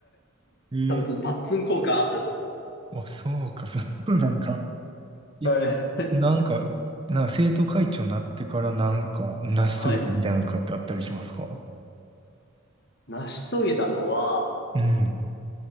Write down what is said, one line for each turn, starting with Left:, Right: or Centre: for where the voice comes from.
Right: ええ
Left: 多分そのパッツン効果あったと思います。
Right: あ、そうか、そうなんか。え
Left: はい。<laughs>
Right: なんか、なんか生徒会長になってからなんか成し遂げたみたいなのとかってあったりしますか
Left: はい。成し遂げたのは、
Right: うん。